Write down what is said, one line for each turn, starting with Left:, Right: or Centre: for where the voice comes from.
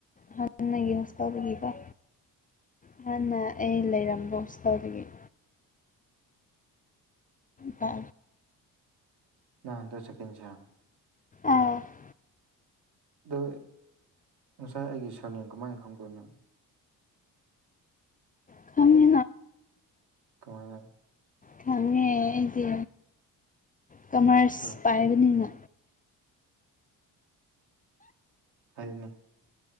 Left: ꯍꯥꯟꯅꯒꯤ ꯍꯣꯁꯀꯜꯗꯒꯤꯀꯣ ꯍꯍꯥꯟꯅ ꯑꯩ ꯂꯩꯔꯝꯕ ꯍꯣꯁꯄꯤꯇꯥꯜꯗꯒꯤ ꯇ
Right: ꯅꯗꯣ ꯆꯀꯤꯁꯤꯌꯥꯝ
Left: ꯑꯥ <unintelligible> <inaudible>
Right: ꯑ ꯉꯁꯥꯏ ꯑꯩꯒꯤ ꯁꯥꯔꯅꯦ ꯀꯃꯥꯏꯅ ꯈꯪꯕ꯭ꯔꯣꯅꯣ
Left: ꯄ ꯀꯥꯃꯤ
Right: ꯀꯃꯥꯏꯅ
Left: ꯈꯪꯉꯦ ꯑꯩꯁꯦ ꯀꯃꯔꯁ
Right: ꯑꯦ
Left: ꯄꯥꯏꯕꯅꯤꯅ
Right: ꯍꯥꯏꯅ <inaudible>